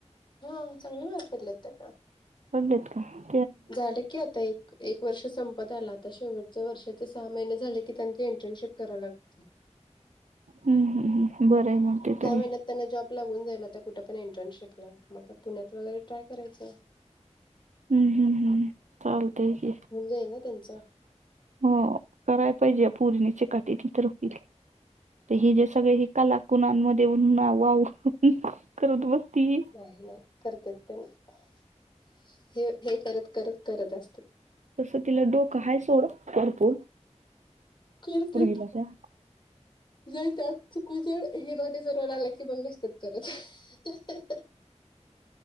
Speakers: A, on the left (about 40°); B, on the right (about 80°).
A: हो चांगले मार्क आहेत त्याला.
B: पडलेत का. चव
A: झालं की आता एक. एक वर्ष संपत आला आता शेवटच्या वर्षाचे सहा महिने झाले की त्यांची इंटर्नशिप कराय लागते.
B: हम्म हम्् बरं आहे मग. ते
A: दहा
B: तरी
A: महिन्यात त्यांना जॉब लागून जाईल आता कुठं पण इंटर्नशिपला मग पुण्यात वगैरे ट्राय करायचं. <unintelligible>
B: हम्म हम् हम् चालतंय की.
A: होवून जाईल ना त्यांचा.
B: हो कराय पाहिजे प पुरणीचे कट तर होईल तर हि जे सगळे ह. कलाकुनांमध्ये म्हण ना वाव करत बसती.
A: नाही नाही करतेत त्यां नाही हे हे करत करत करत असत.
B: तसं तिला डोकं हा सोड भरपूर.
A: करते
B: पोरगीला त्या
A: ज त्यात चुकू जळ हेराने जर वणाला की बघ नसते. करत.